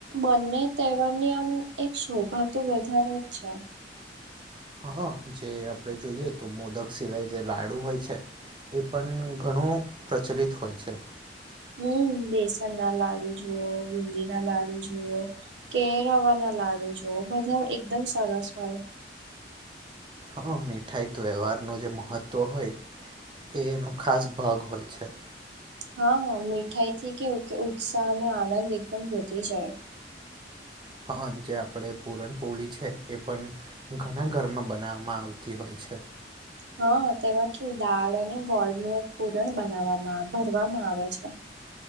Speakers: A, on the right; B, on the right.
A: બંને તહેવાર ની આમ એક શોભા તો વધારે જ છે.
B: હા જે આપણે જોઈએ તો મોદક સિવાય જે લાડુ હોય છે. એ પણ ઘણું પ્રચલિત હોય છે.
A: હમ બેસન ના લાડુ જુવઓ બુંદી ના લાડુ જુઓ. કે રવા ના લાડુ જોવ બધા એકદમ સરસ હોય.
B: હા મીઠાઈ ત વ્યવહારનું જે મહત્ત્વ હોય એ એનો ખાસ ભાગ હોય છે.
A: હા હા મીઠાઈ થી કેવું કે ઉત્સાહ અને આનંદ એકદમ વધી જાય.
B: હા જે આપડે પુરણપોળી છે એ પણ. ઘણા ઘરમાં બનાવવામાં આવતી હોય છે.
A: હા તેમાં કું દાળ અને ગોળ ન એક પૂરણ બનાવવામાં ભરવામાં આવે છે.